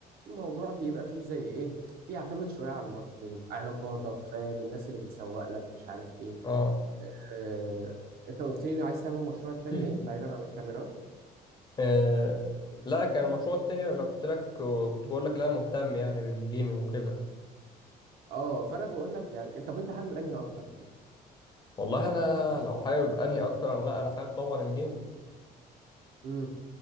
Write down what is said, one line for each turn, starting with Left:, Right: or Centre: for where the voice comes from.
Right: الموضوع بيبقى فيه زي ايه بيعتمد شويه على الماركتينج علاقاتك فاهم الناس اللي بتسوق لك مش عارف ايه
Left: اه
Right: آه، انت قلت لي عايز تعمل مشروع تاني
Left: <clears throat>
Right: ايه بعيدا عن الكاميرات
Left: آه لا كان المشروع التاني اللي كنت لك كنت بقول لك لا مهتم يعني بالجيمنج وكده
Right: اه فانا بقول لك يعني انت طب انت حابب انهي اكتر فيهم
Left: والله انا لو حابب انهي اكتر انا لا انا حابب طبعا الجيمنج
Right: امم